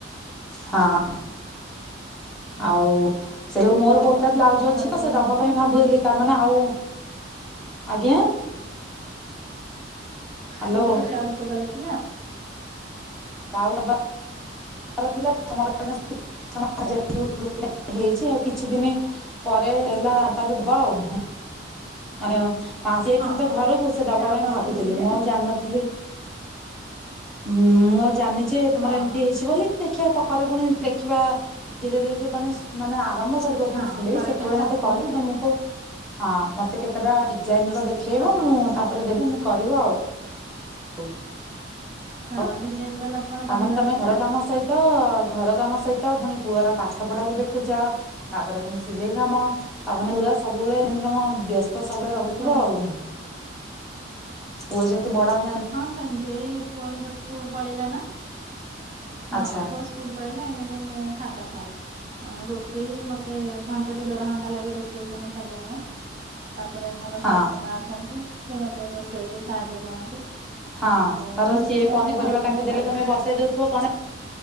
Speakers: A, in the centre; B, on the right.
A: ହଁ। ଆଉ ସେ ଯୋଉ ମୋର
B: ଆଉ
A: ବହୁତ୍ ବ୍ଲାଉଜ
B: ଘରେ
A: ଅଛି ତ
B: ସବୁ
A: ସେ
B: କଣ
A: ଦବା
B: କରୁଛନ୍ତି?
A: ପାଇଁ ଭାବୁଦଲି ତ। ମାନେ ଆଉ ଆଜ୍ଞା। ହ୍ୟାଲୋ
B: ମୁଁ କାଲି ବ୍ଲାଉଜ ଦବାର ଥିଲା।
A: ବ୍ଲାଉଜ ଦରବାର। ଦବାର ଥିଲା ସି ସ୍କେସନ ହେଇଛି ଆଉ କିଛି ଦିନ। ପରେ ହେଲା ତାହେଲେ ଦବା ଆଉଁ। ମାନେ ମାସ ଯାଇଥିଲ
B: ହଁ
A: ତ ଘରକୁ ସେ ଦବା
B: ଯାଉ
A: ପାଇଁ
B: ଆଉ
A: ଭାବୁଥିଲି
B: କିଛି ଦିନ
A: ମୁଁ ଆଉ ଜାଣିନଥିଲି। ମୁଁ ଆଉ ଜାଣିଛି ତମର
B: ହଁ
A: ଏମିତି ହେଇଛି। ଦେଖିବା ପରେ ପୁଣି ଦେଖିବା ଧୀରେ ଧୀରେ ତ ତମେ ମାନେ। ଆରମ୍ଭ କରିବ ପୁଣି
B: ହଁ
A: ସିଲେଇ
B: ପରେ
A: ସେତେବେଳେ
B: କେବେ
A: ମତେ
B: ଆସିଲେ
A: କହିବୁ ତମକୁ। ହଁ ମତେ କେତେଟା ଡିଜାଇନ ର ଦେଖେଇବ
B: ଦବ
A: ମୁଁ
B: ହଉ।
A: ତାପରେ ଦେଲି ଆମେ କରିବ ଆଉ। ହ
B: ହଁ
A: ହଉ
B: ଡିଜାଇନ ବାଲା ତମର ବନେଇବାର
A: ତାମାନେ ତମେ
B: ଥିଲା
A: ଘର କାମ ସହି ତ ଘର କାମ ସହିତ ପୁଣି ପୁଅର ପାଠ ପଢାକୁ ଦେଖୁଛ। ତାପରେ ପୁଣି ସିଲେଇ କାମ ଆମ ତା ପୁରା ସବୁବେଳେ କି ତମ ବ୍ୟସ୍ତ। ତ ସବୁବେଳେ ରହୁଥିବ
B: ହଁ
A: ଆଉ ପୁଅ ଯେତେ ବଡ ହେ
B: ହଁ ସେମିତି ଏଇ ପୁଅ ଧର ସ୍କୁଲ ପଳେଇଲା ନା ହଁ
A: ଆଚ୍ଛା
B: ପୁଅ। ସ୍କୁଲ ପଲେଇଲା ଏଇନାକେ ମୁଁ ଫାଙ୍କା ଥାଏ। ଆଉ ରୋଷେଇ ମତେ ଘଣ୍ଟେ ରୁ ଦେଢ ଘଣ୍ଟା ଲାଗେ ରୋଷେଇ କାମ ସାରିବା ପାଇଁ। ତା ପରେ ମୋର
A: ହଁ।
B: ଶାଶୁ ମା ଅଛନ୍ତି ସେ ମୋତେ ରୋଷେଇରେ ସାହାଯ୍ୟ କରନ୍ତି।
A: ହଁ
B: ଆଉ
A: ତାର
B: ମିଶିକି
A: ସିଏ
B: ଆମେ
A: ପନିପରିବା
B: ଘର କାମ
A: କାଟିଦେଲେ
B: ସାରିଦଉ
A: ତମେ ବସେଇ ଦଉଥିବ କଣ।